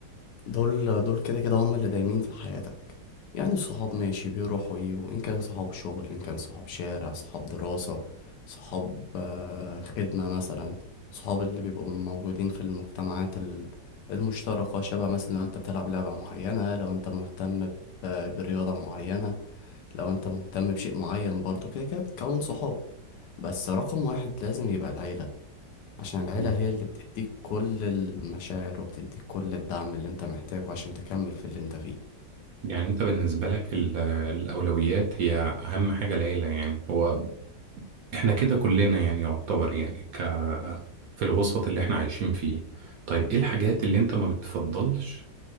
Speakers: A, on the left; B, on the right.
A: دول دول كده كده هم اللي دايمين في حياتك يعني الصحاب ماشي بيروحوا ويجوا إن كان صحاب شغل إن كان صحاب شارع صحاب دراسة صحاب آه خدمة مثلا صحاب اللي بيبقوا موجودين في المجتمعات ال- المشتركة شبه مثلا لو أنت بتلعب لعبة معينة لو أنت مهتم ب- برياضة معينة لو انت مهتم بشيء معين برضه كده كده بتكون صحاب بس رقم واحد لازم يبقى العيلة عشان العيلة
B: مم.
A: هي اللي بتديك كل المشاعر وبتديك كل الدعم اللي انت محتاجه عشان تكمل في اللي انت فيه
B: يعني أنت بالنسبة لك ال- الأولويات هي أهم حاجة العيلة يعني هو إحنا كده كلنا يعني يعتبر يعني ك في الوسط اللي إحنا عايشين فيه طيب إيه الحاجات اللي أنت ما بتفضلش